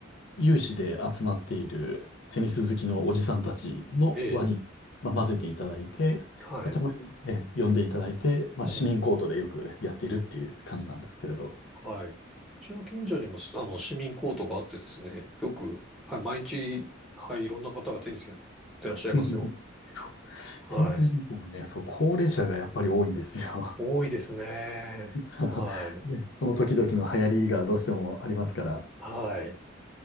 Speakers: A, on the left; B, in the centre.
A: 有志で集まっているテニス好きのおじさんたちの輪に、
B: ええ、
A: まあ、混ぜていただいて、
B: はい。
A: まあたまに、え、呼んでいただいて、まあ、
B: うん、
A: 市民コートでよくやっているっていう感じなんですけれど。
B: はい。うちの近所にも、すあの、市民コートがあってですね、よく、はい、毎日、はい、いろんな方がテニスやってらっしゃいますよ。
A: <laughs> そう。
B: はい。
A: テニス人口もね、そう、高齢者がやっぱり多いんですよ。
B: 多いですね。
A: <laughs> そ
B: はい。
A: うね、その時々の流行りがどうしてもありますから。
B: はい。